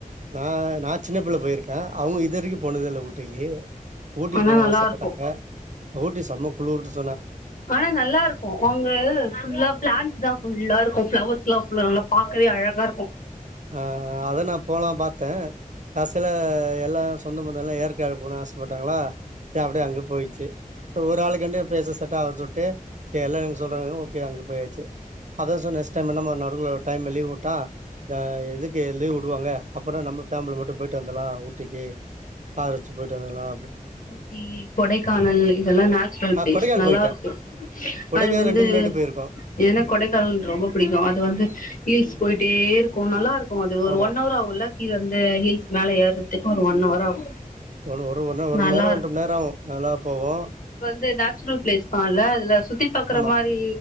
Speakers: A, on the right (about 55°); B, on the left (about 65°).
A: நா நா சின்ன புள்ள போயிருக்க அவுங்க இதுவரைக்கு போனதே இல்ல ஊட்டிக்கி ஊட்டி
B: ஆனா
A: போனு
B: நல்லா
A: ஆசப்பட்டாங்க
B: இருக்கும்
A: ஊட்டி சம்ம குளூரு ப்பா
B: ஆனா நல்லா இருக்கு அங்க ஃபுல்லா பிளான்ட் தா ஃபுல்லா இருக்கும் ஃபிளவர் சில்லா ஃபுல்லா நல்லா பாக்கவே அழகா இருக்கு
A: ஆஹ் அதான் நான் போலா பாத்தன் காசில எல்லா சொந்த பந்தல்லா ஏற்காடு போணு ஆசப்பட்டாங்களா சே அப்டியே அங்க போயிச்சு சோ ஒரு ஆளுக்கண்டி பேச செட்டாவதுனு சொல்ட்டு செரி எல்லா எங்க சொல்றாங்க ஓகே அங்க போயாச்சு அதா சோ நெஸ்ட் டைம் என்னம ஒரு டைம்ல ஒரு லீவ் வுட்டா யா எதுக்கு லீவ் வுடுவாங்க அப்பனா நம்ம ஃபேம்லி மட்டு போயிட்டு வந்தலா ஊட்டிக்கு கார் வெச்சு போய்டுவந்தரெல்லா
B: ஊட்டி கொடைக்கானல் இதெல்லா நேச்சுரல்
A: ஆ
B: பிளேஸ்
A: கொடைக்கானல்
B: நல்லா
A: போயிட்டே
B: இருக்கு
A: கொடைக்கானல்
B: அது வந்து
A: ரெண்டு மூணு வாட்டி போயிருக்கோ
B: ஏன்னா கொடைக்கானல் ரொம்ப பிடிக்கு அது வந்து ஹீல்ஸ் போயிட்டே இருக்கு நல்லாருக்கு போ அது ஒரு
A: ஆமா
B: ஒன் அவர் ஆவுள்ல கீழ இருந்து ஹில்ஸ் மேல ஏர்றத்துக்கு ஒரு ஒன் அவர் ஆகு
A: ஒரு ஒரு ஒன்னவர் ஒரு
B: நல்லா
A: மண் நேர ஒன்ற மண் நேர ஆவு நல்லா போகு
B: து நேச்சுரல் பிளேஸ்தா இல்ல அதுல சுத் தி பாக்கற
A: ஆமா
B: மாறி